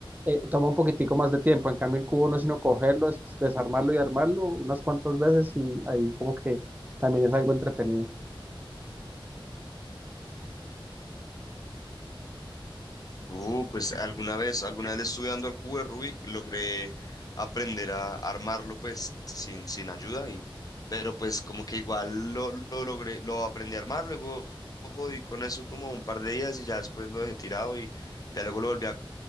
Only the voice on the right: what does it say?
eh, toma un poquitico más de tiempo. En cambio el cubo no es sino cogerlo, es desarmarlo y armarlo unas cuantas veces y ahí como que también es algo entretenido.